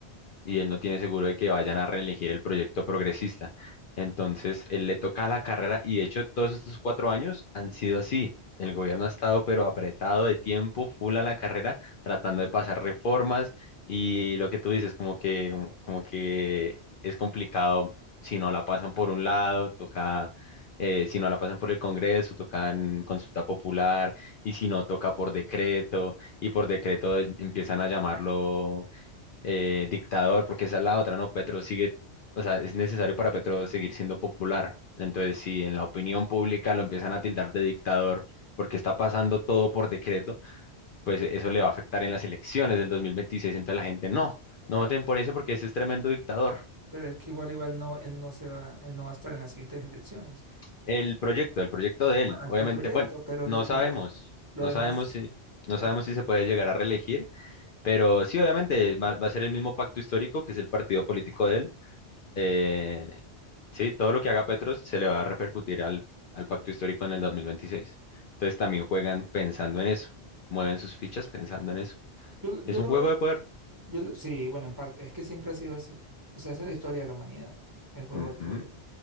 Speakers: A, on the left (about 60°); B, on the right (about 20°).
A: y él no tiene seguro de que vayan a reelegir el proyecto progresista. Entonces, él le toca la carrera y de hecho todos estos cuatro años han sido así. El gobierno ha estado pero apretado de tiempo, full a la carrera, tratando de pasar reformas y lo que tú dices, como que, um, como que es complicado si no la pasan por un lado, toca... eh, si no la pasan por el Congreso, toca en consulta popular, y si no toca por decreto, y por decreto eh, empiezan a llamarlo eh, dictador, porque esa es la otra, ¿no? Petro sigue, o sea, es necesario para Petro seguir siendo popular. Entonces, si en la opinión pública lo empiezan a tildar de dictador porque está pasando todo por decreto, pues eso le va a afectar en las elecciones del 2026. Entonces la gente, no, no
B: eh,
A: voten por ese porque ese es tremendo dictador.
B: pero es que igual, igual no, él no se va, él no va a estar en las siguientes elecciones.
A: El proyecto, el proyecto de él,
B: Bueno, el,
A: obviamente,
B: el proyecto,
A: bueno,
B: pero
A: no
B: lo, lo,
A: sabemos,
B: de- lo
A: no
B: demás...
A: sabemos si... No
B: lo-
A: sabemos si se puede llegar a reelegir, pero sí, obviamente va va a ser el mismo pacto histórico que es el partido político de él. Eh, sí, todo lo que haga Petro se le va a repercutir al, al pacto histórico en el 2026. Entonces también juegan pensando en eso, mueven sus fichas pensando en eso.
B: yo, yo
A: Es un
B: lo
A: juego
B: veo,
A: de poder.
B: Yo lo- sí, bueno, en parte, es que siempre ha sido así. O sea, esa es la historia de la humanidad, el juego
A: Ujú,
B: del poder.